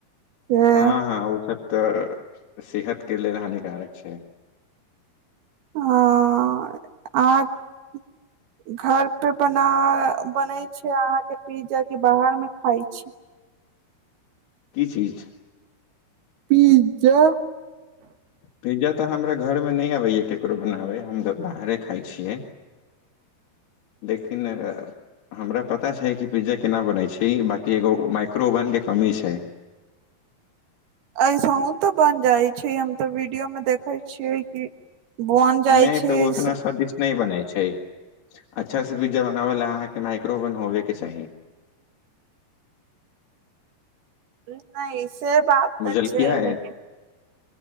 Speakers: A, on the right; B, on the left.
A: से
B: ह ह ओ सभ तऽ सेहत के लि हानिकारक छै।
A: ह
B: <inaudible>
A: घर पे बना बनै छै अहाँकेँ पिज्जा के बाहर मे खाय छी।
B: कि चीज।
A: पिज्जा।
B: पिज्जा तऽ हमरा घरमे नहि अबैया केकरो बनाबै हम तऽ बाहरे खाइ छियै। लेकिन आ हमरा पता छै कि पिज्जा केना बनैत छै बाकि एगो माइक्रो ओवनके कमी छै।
A: ऐसहु तऽ बन जाइ छै हम तो वीडियो मे देखे छियै कि। बन जाइ
B: नै
A: छै
B: तऽ ऊ उतना स्वादिष्ट नै बनै छै। अच्छासँ पिज्जा बनाबै ल अहाँकेँ माइक्रोवन होबेके चाही।
A: नहि से बात तऽ
B: बुझलखियै
A: अच छै लेकिन